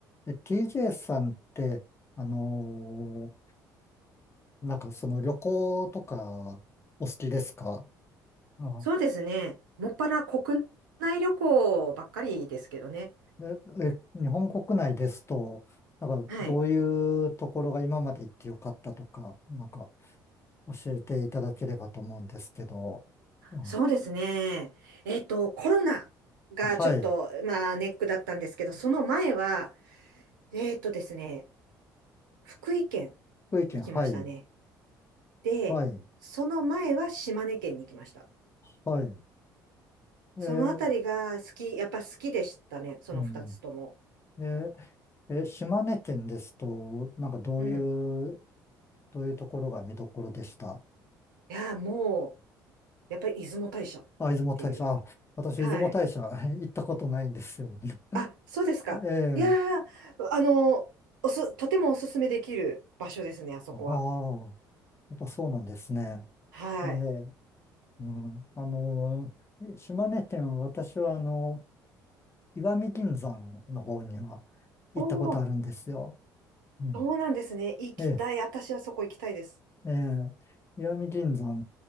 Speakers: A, on the left; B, on the right.
A: え、TJ さんって、あのーなんかその旅行とかお好きですかあ、
B: そうですね。もっぱら国内旅行ばっかりですけどね。
A: え、え、日本国内ですと、なんかどういうところが今まで行ってよかったとか、
B: はい。
A: なんか教えていただければと思うんですけど。あ、
B: そうですね。えっと、コロナがちょっと、
A: はい。
B: まあ、ネックだったんですけど、その前は、えっとですね、福井県
A: 福井県、
B: に来ましたね。
A: はい。
B: で、
A: はい。
B: その前は島根県に来ました。
A: はい。えー
B: そのあたりが好き、やっぱ好きでしたね。その二つとも。
A: うん。えー、え、島根県ですと、なんかどういう、
B: うん。
A: どういうところが見どころでした
B: いや、もう、やっぱり出雲大社っていう。
A: あ、出雲大社。あ、私、
B: はい。
A: 出雲大社 <laughs> 行ったことないんですよ。
B: あ、そうですか。
A: <laughs> ええ。
B: いやー、あの、おす、とてもおすすめできる場所ですね、あそこは。
A: ああ、やっぱそうなんですね。
B: はい。
A: ええ。うん。あの、島根県は私は、あの、石見銀山の方には行ったことあるんですよ。
B: おお、
A: うん。
B: そうなんですね。行きたい。
A: ええ。
B: 私はそこ行きたいです。
A: ええ。石見銀山